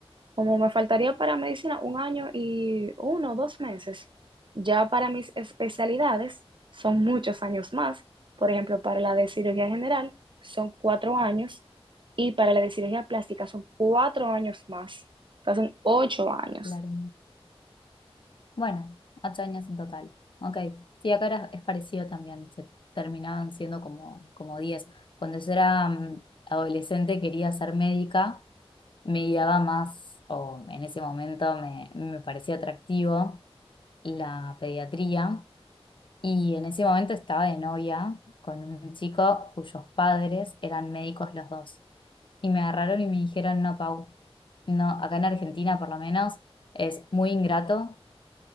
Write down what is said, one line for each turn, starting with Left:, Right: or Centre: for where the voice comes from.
Right: Como me faltaría para medicina un año y uno o dos meses, ya para mis especialidades son muchos años más. Por ejemplo, para la de cirugía general son cuatro años y para la de cirugía plástica son cuatro años más. O sea, son ocho años.
Left: Claro. Bueno, ocho años en total. Ok. Sí, acá era- es parecido también. Se terminaban siendo como, como diez. Cuando yo era mm, adolescente quería ser médica, me guiaba más, o en ese momento me, me parecía atractivo la pediatría. Y en ese momento estaba de novia con un chico cuyos padres eran médicos los dos. Y me agarraron y me dijeron, no, Pau, no, acá en Argentina por lo menos es muy ingrato